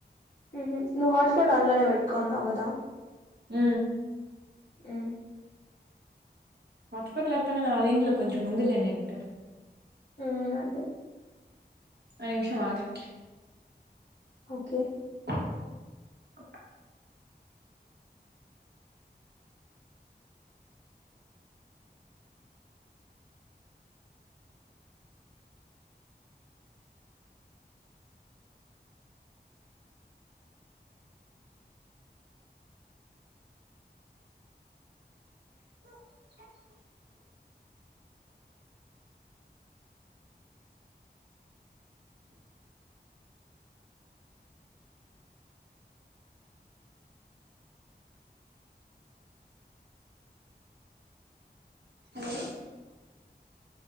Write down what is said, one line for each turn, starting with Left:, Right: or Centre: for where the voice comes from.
Left: ఉహు నువ్వు హాట్స్పాట్ దానిలోనే పెట్టుకున్నావు కదా
Right: ఊ
Left: ఉ
Right: హాట్స్పాట్ లేకపోయినా నా దీంట్లో కొంచెం ఉందిలే నెట్
Left: హు అదే
Right: అ నిమిషం ఆగట్లే
Left: ఓకే
Right: <inaudible> హలో